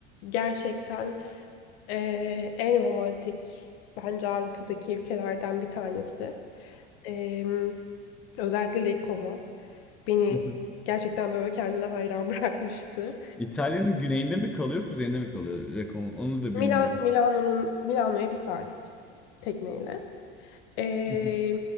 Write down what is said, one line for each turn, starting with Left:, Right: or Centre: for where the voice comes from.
Left: gerçekten eee, en romantik bence Avrupa'daki ülkelerden bir tanesi. Eee, özellikle Lake Como beni
Centre: <laughs>
Left: gerçekten böyle kendine hayran <laughs> bırakmıştı.
Centre: İtalya'nın güneyinde mi kalıyor, kuzeyinde mi kalıyor? Rekon, onu da
Left: Milan,
Centre: bilmiyorum.
Left: Milano'nun Milano'ya bir saat tekneyle. Ee,
Centre: <laughs>